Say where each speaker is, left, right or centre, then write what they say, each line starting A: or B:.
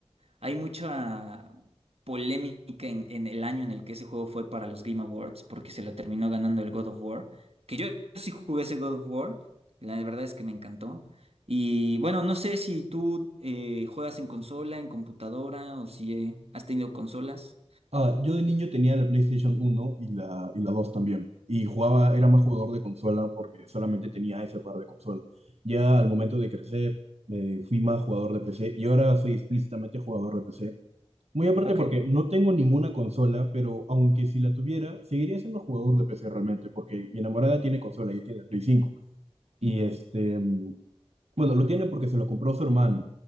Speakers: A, on the right (about 70°); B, on the right (about 80°).
A: hay mucha polémica en, en el año en el que ese juego fue para los Game Awards, porque se lo terminó ganando el God of War, que yo sí jugué ese God of War, la verdad es que me encantó. Y bueno, no sé si tú eh, juegas en consola, en computadora, o si eh, has tenido consolas.
B: Ah, yo de niño tenía la PlayStation uno y la, y la 2 también. Y jugaba, era más jugador de consola porque solamente tenía ese par de consolas. Ya al momento de crecer, eh, fui más jugador de PC y ahora soy explícitamente jugador de PC. Muy aparte
A: Ok.
B: porque no tengo ninguna consola, pero aunque si la tuviera, seguiría siendo jugador de PC realmente porque mi enamorada tiene consola y tiene el Play cinco Y este, mm, bueno, lo tiene porque se lo compró su hermano.